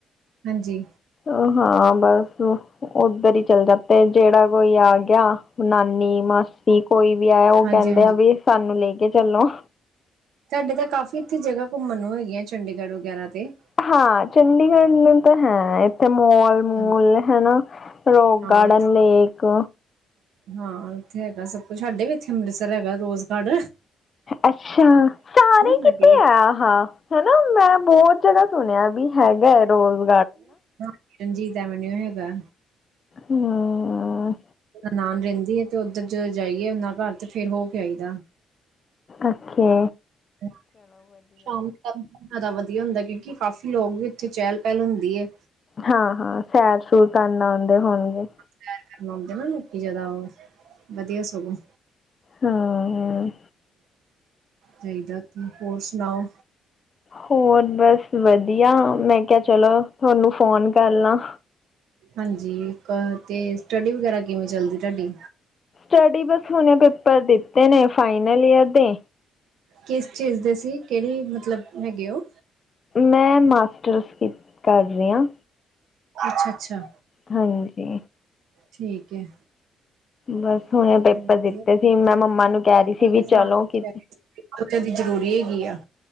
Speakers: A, on the right; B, on the left.
A: ਹਾਂਜੀ
B: ਓਹ ਹਾਂ। ਬਸ ਔ ਔਧਰ ਈ ਚੱਲਦਾ ਪੈ ਜੋ ਕੋਈ ਆ ਗਿਆ ਨਾਨੀ ਮਾਸੀ ਕੋਈ ਵੀ ਆਯਾ ਔ
A: ਹਾਂਜੀ
B: ਕੈੰਦਾ
A: ਹਾਂਜੀ
B: ਵੇ ਸਾਨੂੰ ਲੇ ਕੇ ਚੱਲੋ।
A: ਸਾਡੇ ਤਾਂ ਕਾਫ਼ੀ ਇੱਥੇ ਜਗ੍ਹਾ ਘੁੰਮਣ ਨੂੰ ਹੈਗੀਆਂ ਚੰਡੀਗੜ੍ਹ ਵਗੈਰਾ ਤੇ।
B: ਹਾਂ, ਚੰਡੀਗੜ੍ਹ ਨੂੰ ਤਾਂ ਹੈ। ਮੋਲ ਮੂਲ
A: ਹਾਂ।
B: ਹੈਨਾ। ਰੋਕ
A: ਹਾਂ
B: ਗਾਰਡਨ,
A: ਇੱਥੇ
B: ਲੇਕ।
A: ਹਾਂ, ਏਥੇ ਹੈਗਾ ਸਭ ਕੁਛ ਸਾਡੇ ਵੀ ਏਥੇ ਅੰਮ੍ਰਿਤਸਰ ਹੈਗਾ ਰੋਜ਼ਗਾਰਡ।
B: ਅੱਛਾ, ਸਾਰੇ
A: ਸਾਡੇ
B: ਕਿਤੇ
A: ਵੀ ਇੱਥੇ,
B: ਆਯਾ ਹਾਂ ਹੈਨਾ ਮੈਂ ਬੌਤ ਜਗ੍ਹਾ ਸੁਣਿਆ ਬੀ ਹੈਗਾ ਏ ਰੋਲ।
A: <inaudible> ਰਣਜੀਤ ਐਵਨ ਯੂ ਹੈਗਾ।
B: ਹਮ
A: ਨਾਮ ਜੰਦੀ ਏ ਤੇ ਉੱਧਰ ਜਦੋਂ ਜਾਈਏ ਔਨਾ ਘਰ ਤੇ ਫੇਰ ਹੋ ਕੇ ਆਈਦਾ।
B: ਅੱਛੇ।
A: ਹ ਫੋਨ <unintelligible> ਵਧੀਆ ਹੁੰਦਾ, ਕਿ ਉਂਕਿ ਕਾਫ਼ੀ ਲੋਕ ਵੀ ਉੱਥੇ ਚੈਲ ਪੈਲ ਹੁੰਦੀ ਏ।
B: ਹਾਂ- ਹਾਂ, ਸੈਰ-ਸੁਰ ਕਰਨ ਆਂਦੇ ਹੋਣਗੇ।
A: ਸੈਰ ਕਰਨ ਆਂਦੇ ਨਾ ਲੋਕੀ ਜੈਦਾ, ਓਹ ਵਧੀਆ ਸਗੋਂ।
B: ਹਾਂ- ਹਾਂ।
A: ਚਹੀਦਾ ਕੀ, ਹੋਰ ਸੁਣਾਓ?
B: ਹੋਰ ਬਸ ਵਧ- ਵਧੀਆ, ਮੈਂ ਕਿਆ ਚਲੋ, ਤੁਹਾਨੂੰ ਫੋਨ ਕਰ ਲਾਂ।
A: ਹਾਂਜੀ। ਕ ਤੇ ਸਟੱਡੀ ਵਗੈਰਾ- ਕਿਵੇਂ ਚਲਦੀ ਤੁਹਾਡੀ?
B: ਸਟਡੀ ਬਸ, ਹੁਣੇ ਪੇਪਰ ਦਿੱਤੇ ਨੇ। ਫਾਈਨਲ ਇਅਰ ਦੇ।
A: ਕੇਸ ਚੀਜ਼ ਦੇ ਸੀ, ਕੇੜੀ ਮਤਲਬ ਹੈਗੇ ਔ।
B: ਮੈਂ ਮਾਸਟਰਸ ਕ- ਕਰ ਰੀ ਆਂ।
A: ਅੱਛਾ- ਅੱਛਾ।
B: ਹਾਂਜੀ।
A: ਠੀਕ ਏ।
B: ਬਸ।
A: <inaudible> ਅੱਜ
B: ਹੁਣੇ ਪੇਪਰ ਦਿੱਤੇ ਸੀ ਮੈਂ
A: ਕੱਲ
B: ਮੰਮਾ ਨੂੰ ਕਹਿ ਰਹੀ ਸੀ ਵੀ
A: ਦੇ ਜਮਾਨੇ
B: ਚਲੋ ਕਿ
A: <inaudible> ਬੱਚਿਆਂ ਦੀ ਜ਼ਰੂਰੀ ਹੈਗੀ ਆ।